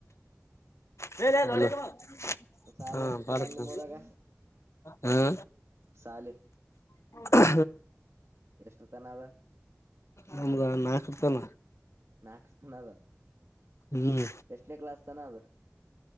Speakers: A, on the left; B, on the right.
A: ಲೇಲೆ ಇಲ್ವಾ
B: ಸಾಲಿ
A: ಹಾ
B: ಎಷ್ಟ
A: ಬಾರತನ
B: ತನ ನಿಮ್ಮೂರಾಗ
A: ಹ್ಮ
B: ಸಾಲಿ
A: ಹ್ಮ
B: ಎಷ್ಟ ತನ ಅದ
A: ನಮ್ದ ನಾಕತ್ತನ
B: ನಾ ಹಾಕ್ಸುದ್ನ ಅದ
A: ಹ್ಮ್
B: ಎಷ್ಟನೇ ಕ್ಲಾಸ್ ತನ ಅದ